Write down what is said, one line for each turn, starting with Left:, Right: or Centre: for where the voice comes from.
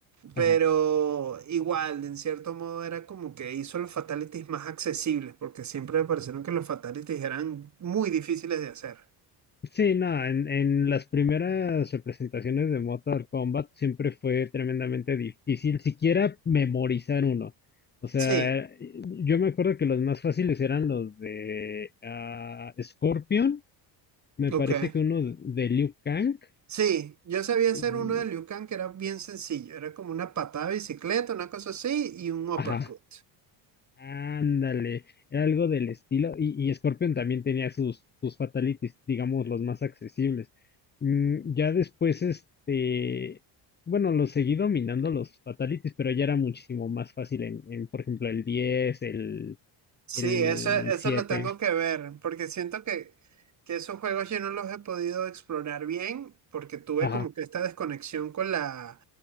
Right: pero
Left: ajá.
Right: igual, en cierto modo, era como que hizo los fatalities más accesibles, porque siempre me parecieron que los fatalities eran muy difíciles de hacer.
Left: Sí, no, en, en las primeras representaciones de Mortal Kombat siempre fue tremendamente difícil siquiera memorizar uno. O sea,
Right: Sí,
Left: yo me acuerdo que los más fáciles eran los de ah, Scorpion, me
Right: ok.
Left: parece que uno de Liu Kang.
Right: Sí, yo sabía hacer
Left: Y,
Right: uno de Liu Kang que era bien sencillo. Era como una patada de bicicleta, una cosa así, y un uppercut.
Left: ajá. Ándale, era algo del estilo. Y, y Scorpion también tenía sus, sus fatalities, digamos, los más accesibles. Mm, ya después, este, bueno, los seguí dominando los fatalities, pero ya era muchísimo más fácil en, en, por ejemplo, el diez el,
Right: Sí,
Left: el
Right: eso, eso
Left: siete
Right: lo tengo que ver, porque siento que, que esos juegos yo no los he podido explorar bien, porque tuve
Left: Ajá,
Right: como que esta desconexión con la,